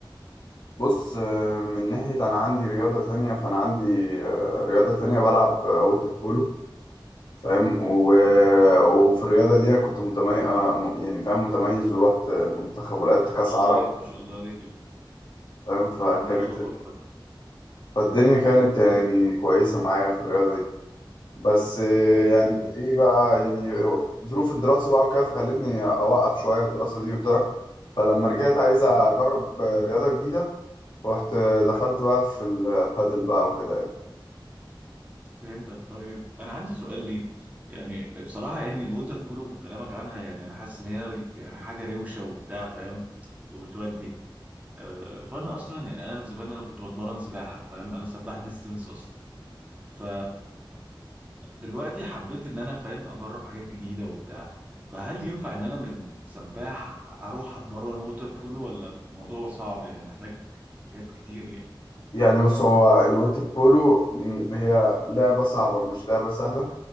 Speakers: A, on the left; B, on the right.
A: بص آه، من ناحية أنا عندي رياضة ثانية فأنا عندي آه، رياضة ثانية بلعب آه، ووتر بولو فاهم و... وفي الرياضة دي أنا كنت متميز يعني فاهم متميز ورحت منتخب ولعبت
B: ما
A: كأس
B: شاء الله
A: عرب
B: عليك ما شاء الله عليك
A: فاهم فكانت
B: طب ما شاء الله تحفة
A: فالدنيا كانت يعني كويسة معايا في الرياضة دي بس آه،
B: ايوه
A: يعني
B: ايوه
A: ايه بقى يعني ظروف الدراسة بقى وكده فخلتني أوقف شوية الدراسة دي وبتاع فلما رجعت عايز
B: فهمتك
A: أجرب
B: <laughs>
A: آه،
B: مم.
A: رياضة جديدة رحت آه، دخلت بقى في البادل بقى وكده يعني
B: فهمتك طيب انا عندي سؤال ليك يعني بصراحة يعني الووتر بولو بكلامك عنها يعني انا حاسس ان هي ر- يعني حاجة روشة وبتاع فاهم وبتودي آه فانا اصلا يعني انا من زمان انا كنت بتمرن سباحة فاهم انا سباح ديستنس اصلا ف دلوقتي حبيت ان انا فاهم اجرب حاجات جديدة وبتاع فهل ينفع ان انا من سباح اروح اتمرن ووتر بولو ولا الموضوع صعب يعني محتاج حاجات كتير يعني
A: يعني بص هو الوتر بولو م، هي لعبة صعبة مش لعبة سهلة